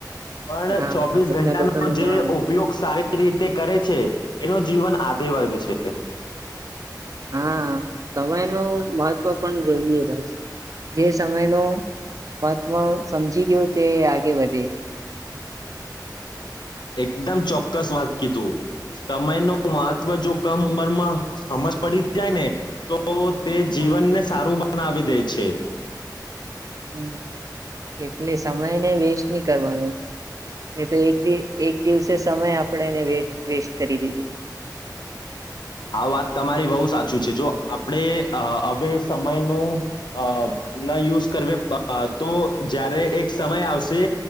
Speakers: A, on the left; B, on the right.
A: પણ
B: હા
A: ચોબસ
B: બધા
A: ઘંટાનો
B: લોકોને
A: જે
B: હા
A: ઉપયોગ સારી રીતે કરે છે‌. એનો જીવન આગે વધ છે.
B: હા સમય નો મહત્વ પણ જોઈએ જે સમય નો મહત્વ સમજી ગયો તે આગે વધે.
A: એકદમ ચોક્કસ વાત કીધું સમય નો મહત્વ જો કમ ઉંમરમાં સમજ પડી. જાય ને તો તે
B: હા
A: જીવન ને સારું બના નાવી દે છે.
B: હમ એટલે સમયને વેસ્ટ નહી કરવાનું, એ તો એક એક દિવસે સમય આપણે એને વે વેસ્ટ કરી દેય.
A: આ વાત તમારી બહુ સાચી છે જો આપણે હવે સમય ન અ ન યુઝ કરવી તો જ્યારે એક સમય આવશે